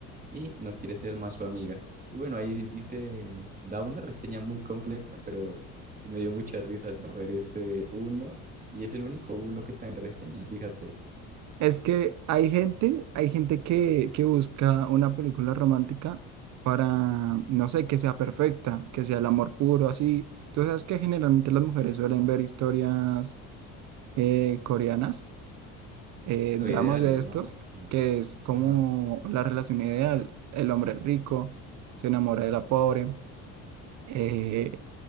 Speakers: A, on the right; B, on the right.
A: y no quiere ser más su amiga. Y bueno, ahí dice, da una reseña muy completa, pero sí me dio mucha risa, ¿no? Ver este uno, y es el único uno que está en reseñas, fíjate.
B: Es que hay gente, hay gente que, que busca una película romántica para, no sé, que sea perfecta, que sea el amor puro, así. Tú sabes que generalmente las mujeres suelen ver historias eh, coreanas, eh,
A: Claro,
B: dramas
A: ideales,
B: de estos,
A: ¿no? Me imagino.
B: que es como
A: Ajá.
B: la relación ideal. El hombre rico se enamora de la pobre, eh,